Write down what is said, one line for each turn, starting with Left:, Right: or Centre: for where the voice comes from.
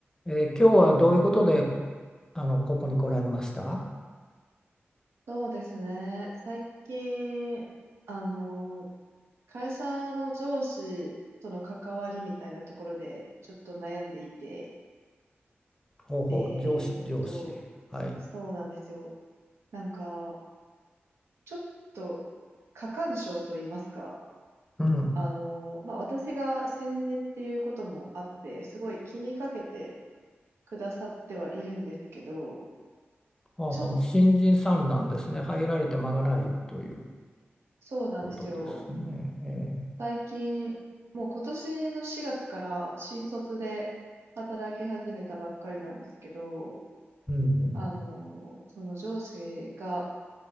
Left: えー今日はどういうことで、あの、ここに来られました
Right: そうですね。最近、あの、会社の上司との関わりみたいなところで、ちょっと悩んでいて、
Left: ほうほう、
Right: え
Left: 上司、
Right: ーっと、
Left: 上司。はい。
Right: そうなんですよ。なんか、ちょっと、過干渉と言いますか、
Left: うん。
Right: あの、まあ、私が新人っていうこともあって、すごい気にかけてくださってはいるんですけど、
Left: ほうほう、
Right: ちょっと、
Left: 新人さんなんですね。入られて間がないという
Right: そうなんですよ。
Left: ことですね。え
Right: 最近、もう今年の4月から新卒で働き始めたばっかりなんですけど、
Left: ーうんうん
Right: あの、その上司が